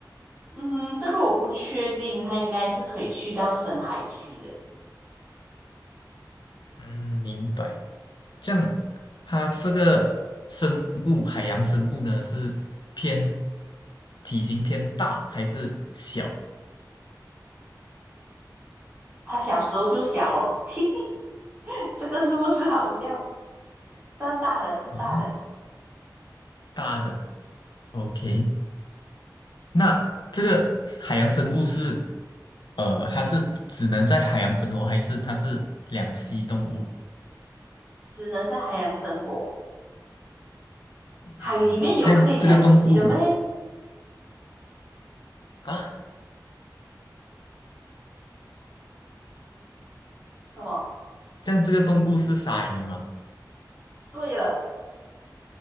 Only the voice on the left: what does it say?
嗯，明白。这样，它这个生物，海洋生物呢，是偏体型偏大还是小？
啊，大的。OK，那这个海洋生物是，呃，它是只能在海洋生活，还是它是两栖动物？
嗯，这样这个动物啊，
这样这个动物是鲨鱼吗？